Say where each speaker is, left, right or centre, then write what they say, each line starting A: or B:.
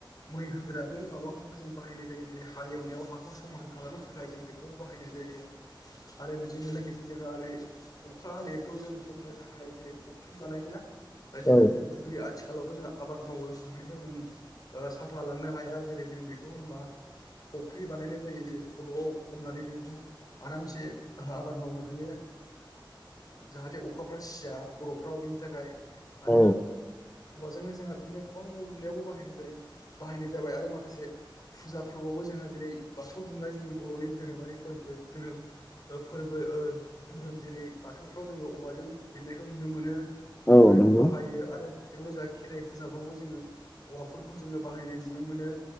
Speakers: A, on the left (about 50°); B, on the left (about 20°).
A: मै होग्रा बै माबाखौबो जों बाहायनाय जायो जेरै हाल एवनायाव हाखौ समान खालामनो थाखाय जों बेखौ बाहायनाय जायो आरो बेजोंनो लोगो से जोंहा ओरै अखा हानायफ्राव जों हमनो थाखाय जेरै खफ्रि बानायोना जायाहाथे
B: औ
A: दुब्लि आथिखालावथ' जोंहा आबाद मावो दुब्लिफ्राव जों सान फालांनो हाया जेरै जों बेखौ होनोमबा। खफ्रि बानायनाय जायो जेरै खर'आव हमनानै जोंथ आरामसे आबाद मावनो। हायो जाहाथे अखाफ्रा सिया खर'फ्र्रा बेनि थाखाय। आरो
B: औ
A: औवाजोंनो जोंहा बिदिनो गोबां न' लुनायावबो बाहाय जायो बाहायनाय जाबाय आरो माखासे फुजा फोरबोआवबो। जोंहा जेरै बाथौ दुमनाय जोंनि बर'नि धोरोमारि फोरबो। धोरोम जेरै बाथौफ्राव जोंङो औवाजों हेबनायखौ नुनो मोनो। बर'
B: औ
A: फोरा बेखौ
B: नंगौ
A: बाहायो आरो। बेयावनो जोंहा खेराइ फुजाफ्रावबो जोंङो हौवाफोरखौ जोंङो बाहायनाय नुनो मोनो।